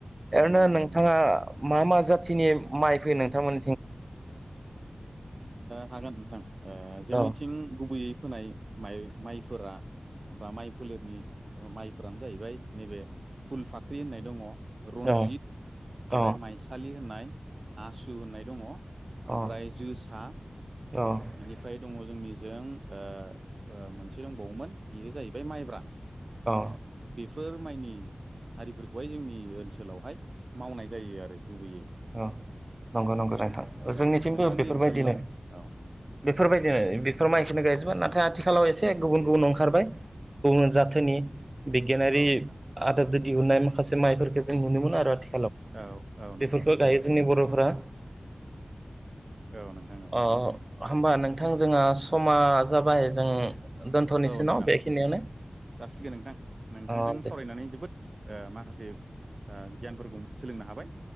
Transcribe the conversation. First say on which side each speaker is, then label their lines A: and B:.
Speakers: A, on the right; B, on the right.
A: ओरैनो
B: नंगौ नोंथां
A: नोंथाङा मा मा जाथिनि माइ फैयो नोंथांमोन
B: हागोन नोंथां ओ जोंनिथिं
A: औ
B: गुबैयै फोनाय माइ माइफोरा बा माइ फोलेरनि माइफोरानो जाहैबाय नैबे फुल फाख्रि होननाय दङ, रन्जित
A: औ
B: ओमफ्राय
A: औ
B: माइसालि होननाय आसु होननाय दङ,
A: औ
B: ओमफ्राय जोसा
A: औ
B: बिनिफ्राय दङ जोंनि जों ओ ओ मोनसे दंबावोमोन बेयो जाहैबाय माइब्रा
A: औ
B: फोर माइनि हारिफोरखौहाय जोंनि ओनसोलावहाय मावनाय जायो आरो गुबैयै
A: औ नंगौ नंगौ नोंथां,
B: औ
A: जोंनिथिंबो
B: नोंथांनि
A: बेफोरबायदिनो
B: ओनसोलाव औ
A: बेफोरबायदिनो बेफोर माइखोनो गायजोबा नथाय आथिखालाव एसे गुबुन गुबुन ओंखारबाय गुबुन जााथोनि बिगियानारि
B: औ नोंथां
A: आदबजों दिहुननाय माखासे माइफोरखौ जों नुनो मोन आरो आथि
B: औ औ नंगौ
A: बेफोरखौ
B: नंगौ
A: गायो
B: नोंथां
A: जोंनि बर'फोरा
B: औ नोंथां औ
A: अ होमबा नोंथां जोंहा समा जाबाय जों दोन्थ'निसै
B: औ नोंथां
A: नाव बेखिनियावनो
B: जासिगोन नोंथां नोंथांजों
A: अ
B: सावरायनानै
A: दे
B: जोबोद माखासे गियानफोरखौ सोलोंनो हाबाय